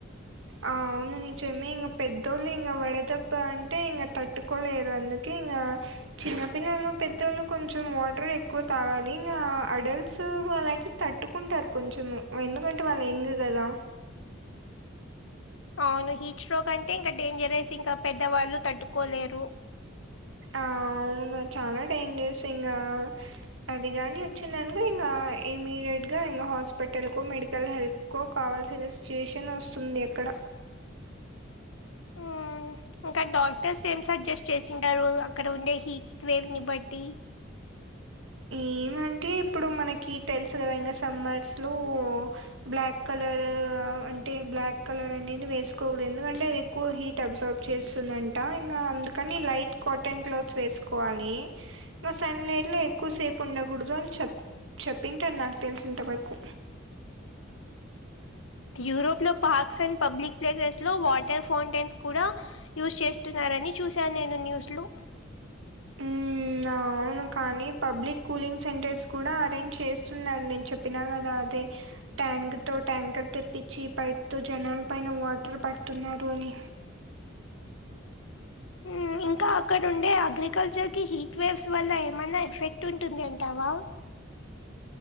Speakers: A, on the right; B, on the left.
A: ఆ అవును నిజమే ఇంగ పెద్దోళ్ళు ఇంగ వడదెబ్బ అంటే ఇంకా తట్టుకోలేరు అందుకే ఇంకా చిన్నపిల్లలు పెద్దోళ్ళు కొంచెం వాటర్ ఎక్కువ తాగాలి ఇంగా అడల్ట్స్ వాలాయితే తట్టుకుంటారు కొంచెం ఎందుకంటే వాళ్ళు ఎంగ్ కదా
B: అవును హీట్ స్ట్రోక్ అంటే ఇంకా డేంజరేస్ ఇంకా పెద్దవాళ్ళు తట్టుకోలేరు
A: ఆ అవును చాలా డేంజరస్ ఇంగా అది కాని వచ్చిందనుకో ఇంగా ఇమీడియట్గా ఇంగా హాస్పటల్కో మెడికల్ హెల్ప్ కో కావాల్సిన సిచ్యువేషన్ వస్తుంది అక్కడ
B: ఆ ఇంకా డాక్టర్స్ ఏం సజెస్ట్ చేసింటారు అక్కడ ఉండే హీట్ వేవ్ ని బట్టి
A: ఏమంటే ఇప్పుడు మనకి టలుస వెంగా సమ్మర్స్లో బ్లాక్ కలర్ అంటే బ్లాక్ కలర్ అనేది వేసుకోకూడదు ఎందుకంటే అది ఎక్కువ హీట్ అబ్జార్బ్ చేస్తుందంట ఇంకా అందుకని లైట్ కాటన్ క్లాత్స్ వేసుకోవాలి ఇం సన్లైట్ లో ఎక్కువసేపు ఉండకూడదు అని చెప్ చెప్పింటారు నాకు తెలిసి ఇంతవరకు
B: యూరోప్ లో పార్క్స్ అండ్ పబ్లిక్ ప్లేసెస్ లో వాటర్ ఫౌంటైన్స్ కూడా యూజ్ చేస్తున్నారని చూశాను నేను న్యూస్ లో
A: మ్మ్ మ్మ్ అవును కానీ పబ్లిక్ కూలింగ్ సెంటర్స్ కూడా అరేంజ్ చేస్తున్నారు నేను చెప్ చెప్పిన కదా అది ట్యాంక్ తో ట్యాంకర్ తెప్పించి పైప్ తో జనాల పైన వాటర్ పడుతున్నారు అని
B: మ్మ్ ఇంకా అక్కడ ఉండే అగ్రికల్చర్ కి హీక్వేవ్స్ వల్ల ఏమన్నా ఎఫెక్ట్ టుంటుంది అంటావా